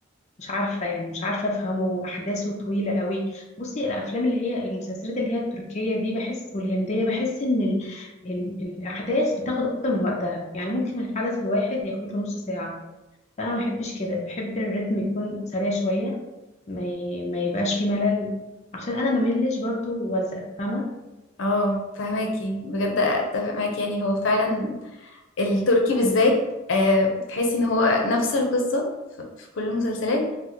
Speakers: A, on the left; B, on the left.
A: مش عارفه يعني مش عارفه افهمه احداثه طويله قوي بصي الافلام اللي هي المسلسلات اللي هي التركيه دي بحس والهنديه بحس ان ال... ال... الاحداث بتاخد اكتر من وقتها يعني ممكن الحدث الواحد ياخد له نص ساعه فانا ما بحبش كده بحب الريتم يكون سريع شويه ما ي... ما يبقاش فيه ملل عشان انا ما ملش برضو وزق فاهمه
B: اه فهماكي بجد اتفق معاكي يعني هو فعلا التركي بالذات آه، بتحسي ان هو نفس القصة ف- في كل المسلسلات